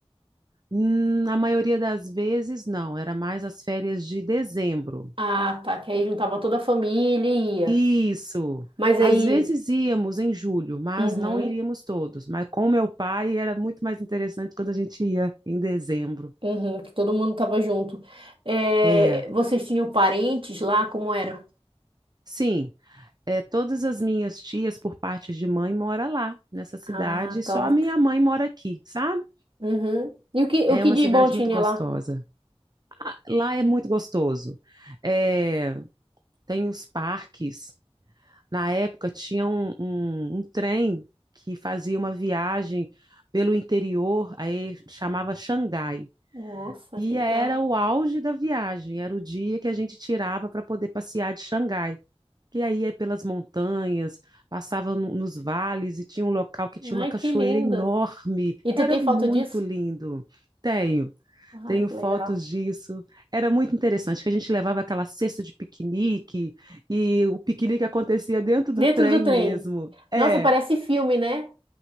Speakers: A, on the right; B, on the right.
A: Hum, Na maioria das vezes, não, era mais as férias de dezembro.
B: Ah, tá, que aí juntava toda a família e ia.
A: Isso.
B: Mas aí,
A: Às vezes íamos em julho, mas
B: uhum,
A: não iríamos todos. Mas com meu pai era muito mais interessante quando a gente ia em dezembro.
B: uhum, que todo mundo tava junto. É,
A: É,
B: vocês tinham parentes lá, como era?
A: sim. é, todas as minhas tias, por parte de mãe, mora lá, nessa cidade,
B: Ah,
A: e só
B: top.
A: a minha mãe mora aqui, sabe?
B: Uhum. E o que,
A: É
B: o que
A: uma
B: de
A: cidade
B: bom tinha
A: muito gostosa.
B: lá?
A: Lá é muito gostoso. É, tem os parques. Na época tinha um, um, um trem que fazia uma viagem pelo interior, aí chamava Xangai.
B: Nossa,
A: E
B: que legal.
A: era o auge da viagem, era o dia que a gente tirava para poder passear de Xangai. que aí ia pelas montanhas, passava no- nos vales e tinha um local que tinha uma
B: Ai,
A: cachoeira
B: que linda.
A: enorme.
B: E tu
A: Era
B: tem
A: muito
B: foto disso?
A: lindo. Tenho,
B: Ai,
A: tenho
B: que
A: fotos
B: legal.
A: disso. Era muito interessante que a gente levava aquela cesta de piquenique e o piquenique acontecia dentro do
B: Dentro
A: trem
B: do trem.
A: mesmo. É,
B: Nossa, parece filme, né?